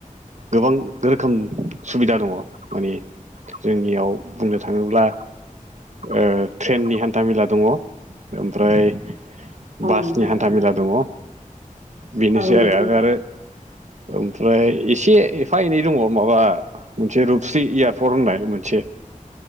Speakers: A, on the right (about 55°); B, on the right (about 75°).
A: गोबां रोखोम सुबिदा दङ मानि जोंनियाव बुंनो थांङोब्ला ओ ट्रेननि हान्थाामेला दङ ओमफ्राय
B: औ
A: बासनि
B: नोंथां
A: हान्था मेला दङ बेनोसै
B: औ नोंथां
A: आरो आरो ओमफ्राय एसे एफा एनै दङ माबा मोनसे रुपस्रि एयारपर्ट होननाय मोनसे